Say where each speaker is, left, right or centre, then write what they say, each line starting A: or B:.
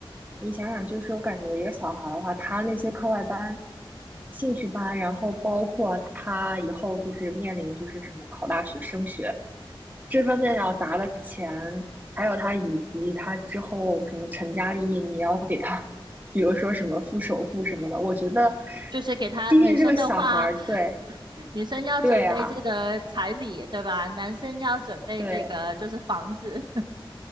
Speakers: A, on the right (about 20°); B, on the right (about 55°).
A: 你想想，就是我感觉一个小孩儿的话，他那些课外班、兴趣班，然后包括他以后就是面临就是什么考大学、升学这方面要砸的钱，还有他以及他之后什么成家立业，你也要给他，比如说什么付首付什么的，我觉得，
B: 就是给他女生的话，
A: 毕竟这个小孩儿，对
B: 女生要准备这个彩礼，
A: 对啊，
B: 对吧？男生要准备这个就是房子。
A: 对。